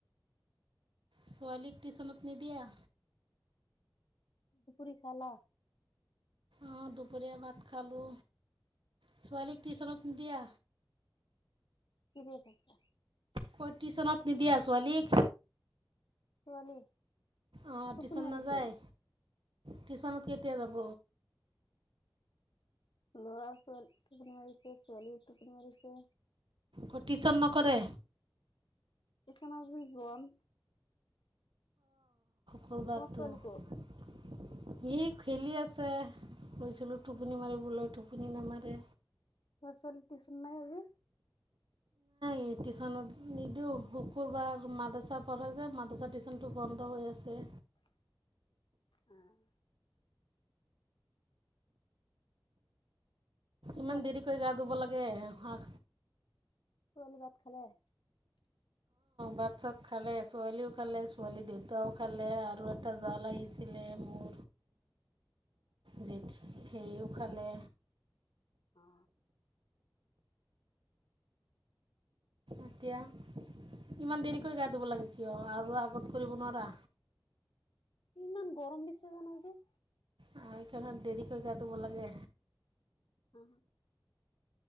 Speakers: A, on the right; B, on the left.
A: ছোৱালীক টিউচনত নিদিয়া?
B: ধুপুৰী খালা?
A: অ দুপহৰীয়া ভাত খালো। ছোৱালীক টিউচনত নিদিয়া?
B: কি দিয়া খাইছা?
A: কত টিউছনত নিদিয়া ছোৱালীক?
B: ছোৱালী?
A: অ
B: টোপনি
A: টিউচন
B: মাৰিছে
A: নাযায়? টিউচনত কেতিয়া যাব?
B: ল'ৰা ছোৱালী টোপনি মাৰিছে। ছোৱালীও টোপনি মাৰিছে।
A: ক টিচন নকৰে?
B: কিছে মজৰিিবন <unintelligible>
A: কৰবাতো
B: তোমাৰ ছোৱালী ক'ত?
A: ই খেলি আছে। কৈছিলোঁ টোপনি মাৰিবলৈ টোপনি নামাৰে
B: ল'ৰা ছোৱালী টিচন নাই আজি
A: এই টিউচনত নিদিও শুকুৰবাৰ মাদ্ৰছা পঢ়ে যে মাদ্ৰাছা টিউশন টো বন্ধ হৈ আছে
B: <unintelligible> আৰু ছোৱালী
A: ইমান দেৰিকৈ গা ধুব লাগে হা
B: শনিবাত খালে উ
A: ভাত-চাত খালে। ছোৱালীও খালে, ছোৱালী দেউতাও খালে আৰু এটা জাল আহিছিলে মোৰ
B: <unintelligible>
A: যে সেইও খালে।
B: অ
A: এতিয়া ইমান দেৰিক গা ধুব লাগে কিয়, আৰু আগত কৰিব নোৱাৰা?
B: ইমান গৰম দিছে জানো যে
A: আৰু এ কাৰণ দেৰি কৰি গাটব লাগে।
B: অ